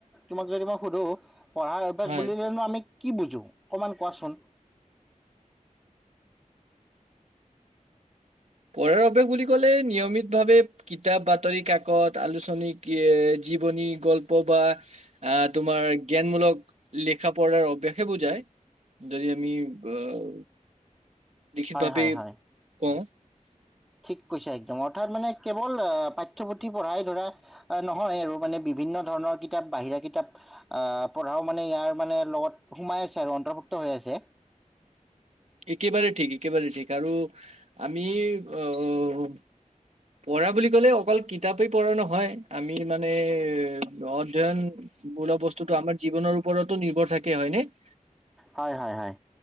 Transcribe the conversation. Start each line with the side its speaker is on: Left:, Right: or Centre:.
Centre: তোমাক যদি মই সুধো, । পঢ়াৰ অভ্যাস
Right: হয়,
Centre: বুলিলেনো আমি । কি বুজো অকমান কোৱাচোন'।
Right: পঢ়াৰ অভ্াস বুলি কলে নিয়মিত ভাৱে কিতাপ বাতৰি কাকত আলোচনী এ জীৱনী গল্প বা আহ তোমাৰ জ্ঞানমূলক লিখা পঢ়াৰ অভ্াসে বুজায় যদি আমি আহ লিখিত
Centre: হয়
Right: ভাৱে
Centre: হয় হয়।
Right: কওঁ
Centre: ঠিক, । কৈছে একদম অৰ্থাৎ মানে কেৱল'। পাঠ্যপুথি পঢ়াই ধৰা নহয় আৰু মানে বিভিন্ন ধৰণৰ কিতাপ বাহিৰা কিতাপ আহ পঢ়াও মানে ইয়াৰ মানে লগত সোমাই আছে আৰু অন্তৰ্ভুক্ত হৈ আছে'।
Right: একেবাৰে ঠিক একেবাৰে ঠিক । আৰু আমি আহ পঢ়া বুলি ক'লে অকল কিতাপেই পঢ়া নহয় আমি মানে, । অধ্যয়ন'। মূল বস্তুতটো আমাৰ জীৱনৰ ওপৰতো নিৰ্ভৰ থাকে হয় নে ।
Centre: হয়, হয়।